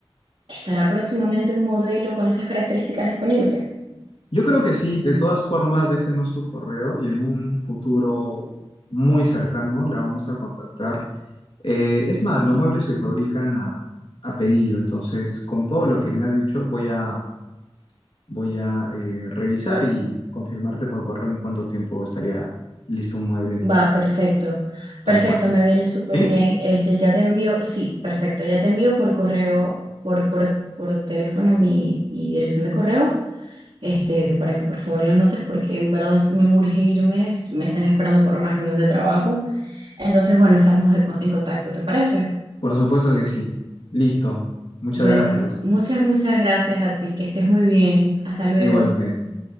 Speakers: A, on the right (about 75°); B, on the left (about 65°).
A: estará próximamente un modelo con esas características disponibles?
B: Yo creo que sí, de todas formas, déjenos su correo y en un futuro muy cercano la vamos a contactar Eh, es más, los muebles se fabrican a, a pedido, entonces con todo lo que me has dicho voy a, voy a eh, revisar y confirmarte por correo en cuánto tiempo estaría listo un mueble
A: Va, perfecto. Perfecto,
B: tal cual.
A: me viene súper
B: ¿Sí?
A: bien. Este, ya te envío, sí, perfecto, ya te envío por correo, por, por, por teléfono mi, mi dirección de correo, este, para que por favor la anotes, porque en verdad me urge irme, es- me están esperando para una reunión de trabajo. Entonces, bueno, estamos de co- en contacto, ¿te parece?
B: Por supuesto que sí. Listo. Muchas
A: Bueno,
B: gracias.
A: muchas, muchas gracias a ti, que estés muy bien. Hasta luego.
B: Igualmente.